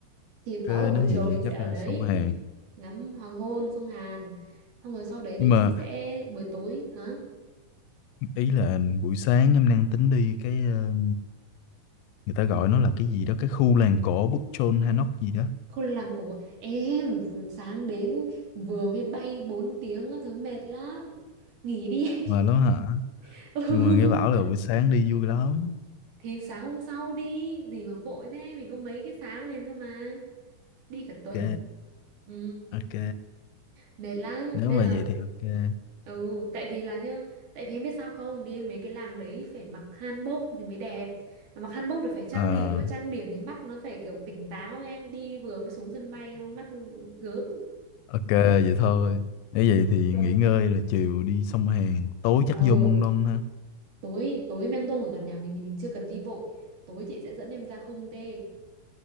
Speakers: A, on the right; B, on the left.
A: thì đó
B: ok
A: là buổi
B: nói
A: chiều
B: gì
A: mình sẽ
B: chắc
A: ở
B: là
A: đấy
B: sông Hàn
A: ngắm hoàng hôn sông Hàn xong rồi sau đấy
B: nhưng
A: thì
B: mà
A: chị sẽ buổi tối hả
B: ý là buổi sáng em đang tính đi cái ờ, người ta gọi
A: cái gì
B: nó là cái gì đó cái khu làng cổ Bukchon Hanok gì đó
A: Khôn làng của em sáng đến vừa mới bay 4 tiếng á, thứ mệt lắm nghỉ đi em.
B: mà đó hả
A: <laughs> ừ.
B: nhưng mà nghe bảo là buổi sáng đi vui lắm
A: thì sáng hôm sau đi gì mà vội thế mình có mấy cái sáng liền cơ mà đi cả tuần
B: ok
A: ừ.
B: ok
A: mệt lắm
B: nếu
A: nên
B: mà
A: là
B: vậy thì ok
A: ừ tại vì là nhá tại vì em biết sao không đi đến mấy cái làng đấy phải mặc hanbok thì mới đẹp mà mặc hanbok thì phải trang
B: à
A: điểm mà trang điểm thì mắt nó phải kiểu tỉnh táo em đi vừa mới xuống sân bay mắt gớm
B: ok vậy thôi nếu vậy thì
A: <laughs>
B: nghỉ ngơi rồi chiều đi sông Hàn tối chắc
A: ừ
B: vô Môn Đông ha
A: tối tối Meng Dong ở gần nhà mình thì mình chưa cần đi vội tối chị sẽ dẫn em ra Hung Dae